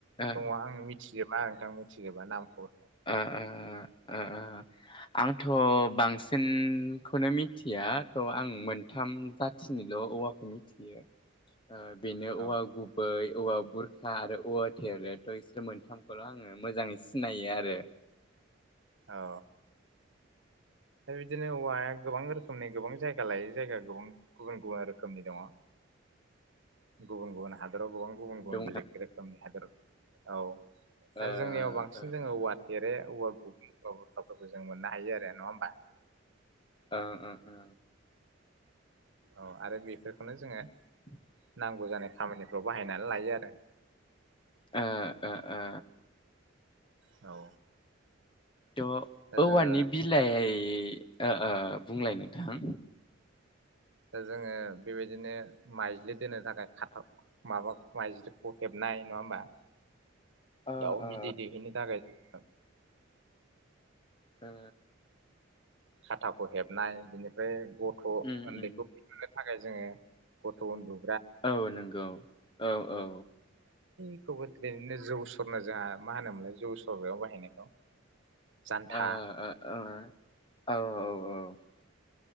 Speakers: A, on the left; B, on the right.
A: ओ
B: दङ आं मिथिजोब मा नोंथां मिथिगोबा नामखौ
A: ओ ओ ओ ओ आंथ' बांसिनखौनो मिथिया थ' आं मोनथाम जाथिनिल औवाखौ मिथि बेयो ओ बेनो
B: औ
A: औवा गुबै औवा बुरखा आरो औवा थेरे थ' ओइसोर मोनथामखौल आङो मोजाङै सिनायो आ रो
B: औ बे बिदिनो औवाया गोबां रो समनि गोबां जायगा लायै जायगा गोबां गुबुन गुबुन रोखोमनि दङ गुबुन गुबुन हादराव गोबां गुबुन गुबुन
A: दं
B: बेलेग रोखोमनि हादर औ आरो
A: ओ
B: जोंनियाव बांसिन
A: ओ
B: जोङो
A: ओ
B: औवा थेरे औवा <unintelligible> फोरखौ जों मोननो हायो आरो नङा होमबा
A: ओ ओ ओ
B: औ आरो बेफोरखौनो जोङो
A: <inaudible>
B: नांगौ जानाय खामानिफ्राव बाहायनानै लायो आरो
A: ओ ओ ओ
B: औ
A: थह
B: दा
A: औवानि
B: जोङो
A: बिलाइ ओ ओ बुंलाय नोंथां
B: दा जोङो बेबायदिनो माइज्लि दोननो थाखाय खाथाब माबा माइज्लिख' हेबनाय नङा होमबा?
A: ओ
B: दाउ
A: ओ
B: बिदै दैहैनो थाखाय <unintelligible>
A: हो
B: खाथाख' हेबनाय बिनिफ्राय गथ'
A: उम
B: उन्दैखौ
A: उम
B: बिदिनो थाखाय जोङो गथ' उन्दु
A: औ नंगौ औ औ
B: बेखौबो दोनैनो जौ सरनो जोंहा मा होनोमोनलाय जौ सरग्रायाव बाहायनायखौ
A: आ
B: जान्था
A: औ औ औ